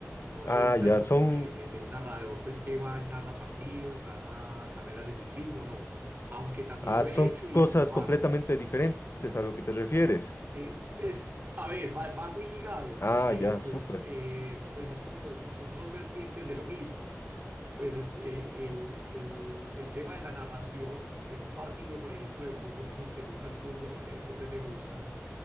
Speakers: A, on the right (about 40°); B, on the left (about 50°).
A: No
B: Ah,
A: soy tanto
B: ya, son,
A: como de, de- de un narrador pues que va, narra partidos, narra carreras de ciclismo, no, aunque también
B: ah,
A: lo
B: son
A: he hecho y,
B: cosas
A: y lo
B: completamente
A: hago.
B: diferentes a lo que te refieres.
A: Eh, pues, a ver, va, va muy ligado
B: Ah,
A: porque
B: ya,
A: pues,
B: súper.
A: eh, pues es como, son dos vertientes de lo mismo pues es eh, el, el- el tema de la narración de un partido, por ejemplo, de fútbol. No sé si te gusta el fútbol o qué deporte te gusta.